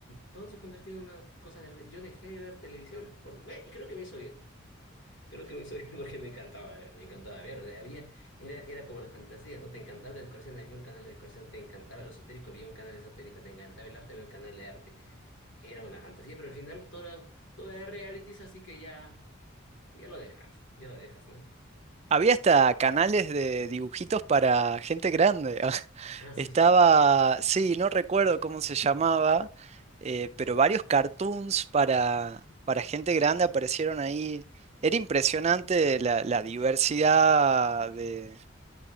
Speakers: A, on the left; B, on the right.
A: todo se convirtió en una cosa de... re- Yo dejé de ver televisión, por, me- y creo que me hizo bien. Creo que me hizo <laughs> bien porque me encantaba, me encantaba ver. O sea, había, era, era como la fantasía, ¿no? Te encantaba la decoración, había un canal de decoración, te encantaba lo esotérico, había un canal esotérico, te encantaba el arte, había un canal de arte. Era una fantasía, pero al final todo era, todo era realities, así que ya... Y Ya lo dejas, ya lo dejas, ¿no?
B: Había hasta canales de dibujitos para gente grande. <laughs>
A: Ah, sí.
B: Estaba, sí, no recuerdo cómo se llamaba, eh, pero varios cartoons para, para gente grande aparecieron ahí. Era impresionante la, la diversidad de,